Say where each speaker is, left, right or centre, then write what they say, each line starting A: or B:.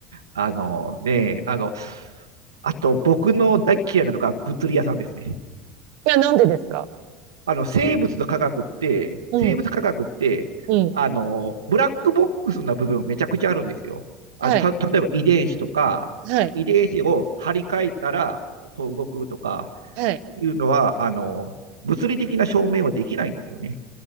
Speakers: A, on the right; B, on the right.
A: あのね、あの、あと僕の大嫌いなのが物理屋さんですね。
B: いや、なんでですか
A: あの、生物の科学って、
B: うん、
A: 生物科学って、
B: うん。
A: あの、ブラックボックスな部分めちゃくちゃあるんですよ。あの、
B: はい、
A: た、例えば遺伝子とか、
B: はい、
A: 遺伝子を張り替えたら、こう動くとか、
B: はい。
A: いうのは、あの、物理的な証明はできないんですよね。